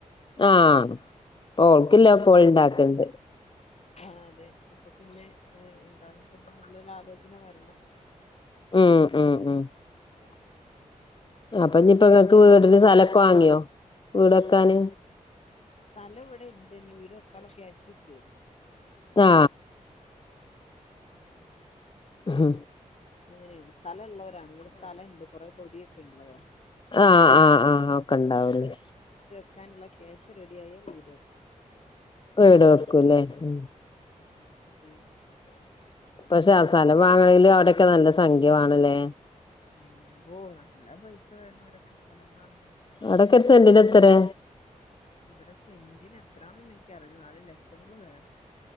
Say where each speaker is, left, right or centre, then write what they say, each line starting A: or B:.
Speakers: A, on the left (about 35°); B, on the left (about 50°).
A: ആഹ് പോ ഓൾക്കില്ലക്കോൾ
B: അപ്പൊ
A: ഇണ്ടാക്ക്ണ്ട്
B: ആ അതെ അപ്പൊ പിന്നെ ഏ <unintelligible> നല്ലൊരു ആലോചന വരണം.
A: ഉം ഉം ഉം
B: ഉം
A: അപ്പൊ ഇഞ്ഞിപ്പ
B: അത് കഴിഞ്ഞാല്
A: ഇങ്ങൾക്ക് വീടിന് സ്ഥലക്കെ വാങ്ങിയോ വീടക്കാന്?
B: സ്ഥലം ഇവിടെണ്ട്നി വീട വെക്കാള്ള ക്യാഷിട്ട്യാതി
A: ആ ഹ്
B: അങ്ങനേണ് സ്ഥലള്ള ആണ് ഇവിടെ സ്ഥലണ്ട് കൊറെ തൊടിയൊ <unintelligible> ളതാ
A: ആ ആ ആ ഒക്കെണ്ടാവുല്ലേ
B: ക്കാനിള്ള ക്യാഷ് റെഡി ആയാൽ വീട് വെക്കാ.
A: വീട് വെക്കുല്ലേ ഉം
B: ഉം സംഭവം
A: ഇപ്പൊ സ സല വാങ്ങണേല് അവ്ടെക്കെ നല്ല സംഖ്യ വാണല്ലേ?
B: എമ്പോ നല്ല പൈസ വേണം ഇവ്ടക്ക് സ്ഥലം വാങ്ങണെങ്കില് ലക്ഷങ്ങളാണ്
A: അവിടൊക്കെ ഒരു സെന്റിന് എത്രേ
B: ഇവിടെ സെന്റിന് എത്രാന്നന്നും ഇൻ ക്ക്റീല എന്നാല് ലക്ഷങ്ങള് വേണം